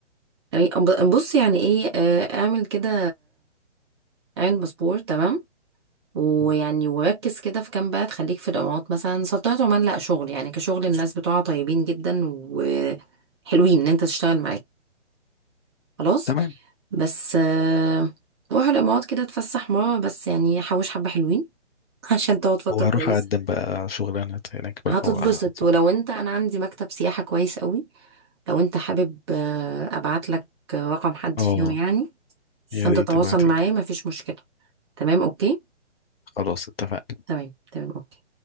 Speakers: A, on the right; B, on the left.
A: يعني ب- بص يعني ايه آه، اعمل كده اعمل باسبور تمام ويعني
B: مم.
A: وركز كده في كام بلد خليك في الامارات مثلا سلطنة عمان لا شغل يعني كشغل الناس بتوعها طيبين جدا وحلوين ان انت تشتغل معاك خلاص
B: تمام
A: بس آه، روح الامارات كده تفسح مرة بس يعني حوش حبة حلوين <laughs> عشان تقعد فترة
B: وهروح
A: كويسة
B: اقدم بقى شغلانة هناك بقى
A: هتتبسط
B: واظبط
A: ولو انت انا عندي مكتب سياحة كويس قوي لو انت حابب آه، ابعت لك رقم حد
B: اه
A: فيهم يعني عشان
B: يا ريت
A: تتواصل
B: تبعتيلي
A: معاه مفيش مشكلة تمام اوكي
B: خلاص اتفقنا
A: تمام تمام اوكي